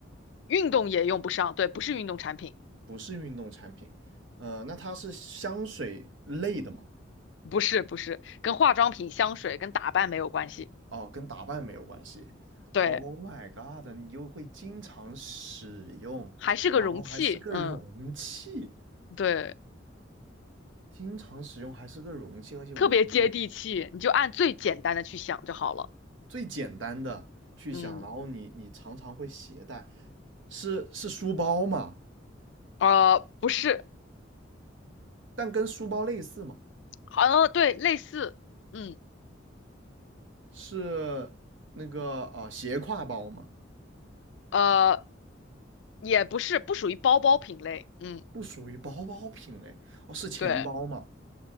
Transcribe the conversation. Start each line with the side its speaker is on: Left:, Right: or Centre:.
Left: 运动也用不上，对，不是运动产品。
Right: 不是运动产品。呃，那它是香水类的吗？
Left: 不是不是，跟化妆品、香水跟打扮没有关系，
Right: 哦，跟打扮没有关系。Oh
Left: 对，
Right: my god！你又会经常使用，
Left: 还是个容器，
Right: 然后还是个容器，
Left: 嗯，对，
Right: 经常使用还是个容器，而且我们人
Left: 特别接地气，你就按最简单的去想就好了，
Right: 最简单的去想，
Left: 嗯，
Right: 然后你你常常会携带，是是书包嘛？
Left: 呃，不是，
Right: 但跟书包类似嘛？
Left: 好像对，类似，嗯，
Right: 是那个啊、呃斜挎包嘛？
Left: 呃，也不是，不属于包包品类，嗯，
Right: 不属于包包品类哦，是钱包嘛？
Left: 对，